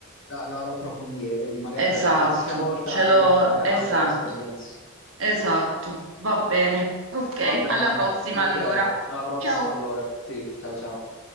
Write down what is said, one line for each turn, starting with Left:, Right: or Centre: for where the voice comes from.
Left: da- da- da approfondire, quindi magari
Right: Esatto,
Left: per la prossima volta
Right: ce l'ho,
Left: mi racconterai
Right: esatto,
Left: le tue esperienze.
Right: esatto. Va bene. Ok,
Left: Va bene,
Right: alla prossima
Left: ok,
Right: allora.
Left: alla prossima
Right: Ciao.
Left: allora. Sì, ciao ciao.